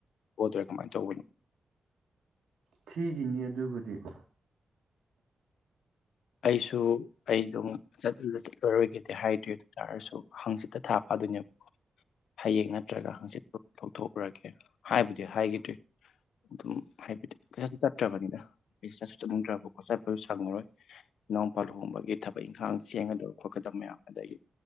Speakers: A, on the left; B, on the right.
A: ꯑꯣꯗꯣꯏꯔꯥ ꯀꯃꯥꯏꯅ ꯇꯧꯕꯅꯣ
B: <inaudible> ꯊꯒꯤꯅꯤ ꯑꯗꯨꯕꯨꯗꯤ꯫ <inaudible>
A: ꯑꯩꯁꯨ ꯑꯩ ꯑꯗꯨꯝ ꯆꯂ ꯆꯠꯂꯔꯣꯏꯈꯤꯗꯦ ꯍꯥꯏꯗ꯭ꯔꯤ ꯑꯗꯨ ꯇꯥꯔꯁꯨ ꯍꯥꯡꯆꯤꯠꯇ ꯊꯥ ꯐꯗꯣꯏꯅꯦꯕꯣ ꯍꯌꯦꯡ ꯅꯠꯇ꯭ꯔꯒ ꯍꯥꯡꯆꯤꯠꯇ ꯂꯧꯊꯣꯛꯎꯔꯒꯦ ꯍꯥꯏꯕꯨꯗꯤ ꯍꯥꯏꯈꯤꯗ꯭ꯔꯤ ꯑꯗꯨꯝ ꯍꯥꯏꯕꯗꯤ ꯀꯩꯁꯥꯁꯨ ꯆꯠꯇ꯭ꯔꯕꯅꯤꯅ ꯑꯩ ꯆꯠꯁꯨ ꯆꯠꯅꯤꯡꯗ꯭ꯔꯕꯀꯣ ꯆꯠꯄꯁꯨ ꯁꯪꯉꯔꯣꯏ꯫ ꯏꯅꯥꯎꯄꯥ ꯂꯨꯍꯣꯡꯕꯒꯤ ꯊꯕꯛ ꯏꯪꯈꯥꯡ ꯆꯦꯟꯒꯗꯕ ꯈꯣꯠꯀꯗꯕ ꯃꯌꯥꯝ ꯑꯗꯒꯤ